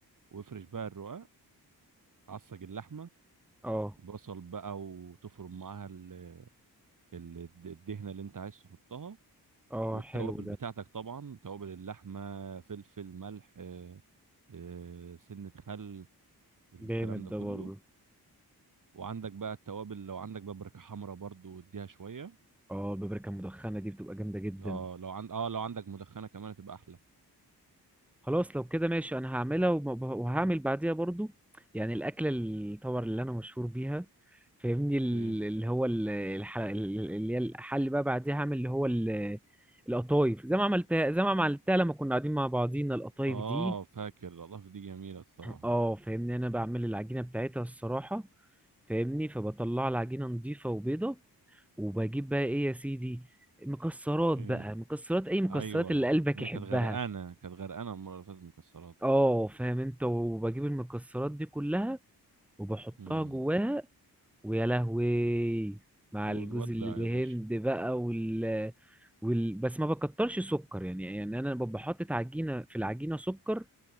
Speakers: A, on the right; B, in the centre.
A: وافرش بقى الرقاق عصج اللحمه
B: اه
A: بصل بقى وتفرم معاها ال- ال- الد- الدهنه اللي انت عايز تحطها
B: اه
A: والتوابل
B: حلو
A: بتاعتك
B: ده
A: طبعا توابل اللحمه فلفل ملح آه، آه، سنه خل الكلام
B: جامد
A: ده
B: ده
A: كله
B: برضه
A: وعندك بقى التوابل لو عندك بابريكا حمرا برضو اديها شويه
B: اه البابريكا المدخنة دي بتبقى جامدة جدا
A: اه لو عند اه لو عندك مدخنه كمان هتبقى احلى
B: خلاص لو كده ماشي انا هعملها وب- وهعمل بعديها برضو يعني الاكله اللي- طبعا اللي انا مشهور بيها فاهمني ال-
A: ايه
B: اللي هو ال- الح- اللي هي الحل بقى بعديها هعمل اللي هو ال- القطايف زي ما عملتها زي ما عملتها لما كنا قاعدين مع بعضينا القطايف
A: اه
B: دي
A: فاكر الاضافه دي جميله الصراحه
B: اه فاهمني انا بعمل العجينه بتاعتها الصراحه فاهمني فبطلع العجينه نظيفه وبيضه وبجيب بقى ايه يا سيدي مكسرات بقى
A: ايه
B: مكسرات اي مكسرات
A: ايوه
B: اللي قلبك
A: هي
B: يحبها
A: كانت غرقانه كانت غرقانه المره اللي فاتت مكسرات
B: اه فاهم انت وبجيب المكسرات دي كلها وبحطها
A: امم
B: جواها ويا لهوي مع
A: وتودع
B: الجوز الهند
A: يا باشا
B: بقى وال... وال... بس ما بكترش سكر يعني يعني انا ببقى حاطط عجينه في العجينه سكر